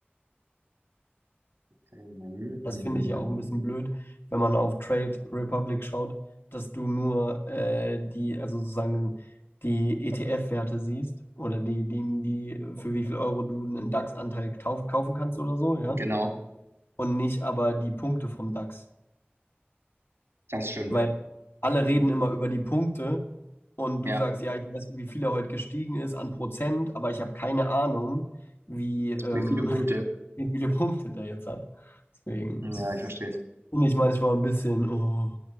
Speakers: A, on the right; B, on the left.
A: nee.
B: Das
A: Hm,
B: finde ich ja auch ein bisschen blöd, wenn man auf Trade Republic schaut, dass du nur äh, die, also sozusagen die ETF-Werte siehst oder die, die, die, für wie viel Euro du einen DAX-Anteil kauf, kaufen kannst oder so, ja.
A: Genau,
B: Und nicht aber die Punkte vom DAX.
A: das stimmt.
B: Weil alle reden immer über die Punkte und du
A: Ja,
B: sagst, ja, ich weiß, wie viel er heute gestiegen ist an Prozent, aber ich habe keine Ahnung wie ähm,
A: mit vielen Punkte.
B: wie viele <laughs> Punkte der jetzt hat. Deswegen
A: Ja,
B: ist-
A: ich verstehe es.
B: finde ich manchmal ein bisschen, oh,